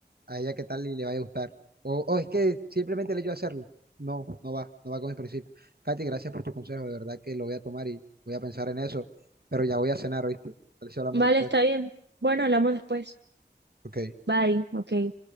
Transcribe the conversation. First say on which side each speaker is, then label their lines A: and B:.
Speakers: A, on the right (about 60°); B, on the right (about 75°).
A: a ella qué tal y le vaya a gustar. O, o es que simplemente el hecho de hacerlo. No, no va, no va con mis principios. Katy, gracias por tu consejo, de verdad que lo voy a tomar y voy a pensar en eso, pero ya voy a cenar, ¿oíste? Tal vez si hablamos
B: Vale,
A: después.
B: está bien. Bueno, hablamos después.
A: Ok.
B: Bye, ok.